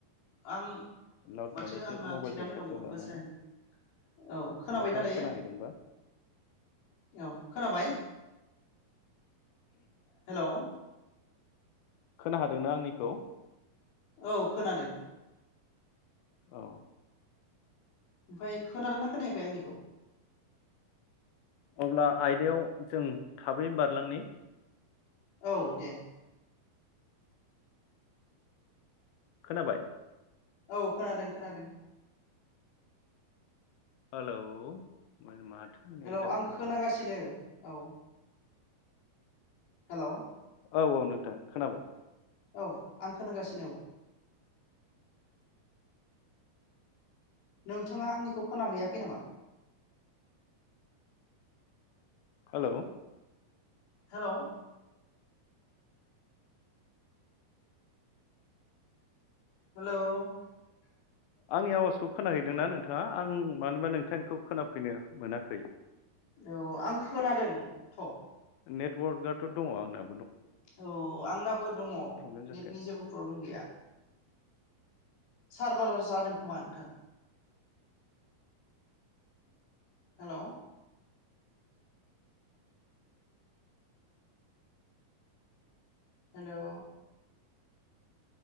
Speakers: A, on the left (about 75°); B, on the left (about 80°).
A: आं
B: लाउड
A: माथो
B: माने एसे
A: आंना
B: मबाइलखौ
A: थिगानो
B: खाथियाव
A: दङ
B: लानानै
A: गोसायानो। औ खोनाबाय
B: नोंथाङा
A: ना दायो?
B: खोनाहैदोंबा
A: औ खोनाबाय? हेल'
B: खोना हादोंना आंनिखौ
A: औ खोनादों
B: औ
A: ओमफ्राय खोनादों ना खोनायाखै आंनिखौ
B: अब्ला आयदायाव जों थाबै बारलांनि
A: औ दे
B: खोनाबाय
A: औ खोनादों खोनादों
B: हेलौ <unintelligible>
A: हेलौ आं
B: दंब्रा
A: खोनागासिनो औ हेलौ।
B: औ औ नोंथां खोनाबाय।
A: औ आं खोनागासिनो औ। नोंथाङा आंनिखौ खोनाहैैयाखै नामा?
B: Hello
A: hello. हेल'।
B: आंनि आवाजखौ खोनाहैदोंना नोंथाङा आं मानोबा नोंथांखौ खोनाफैनो मोनाखै।
A: औ आं खोनादों थ'
B: नेटवाकआथ' दङ आंना।
A: औ आंनाबो दङ
B: प्रब्लेम जाखो
A: नेटनि जेबो प्रब्लेम गैया। सार बारार जादों खोमा नोंथां। हेलौ हेलौ,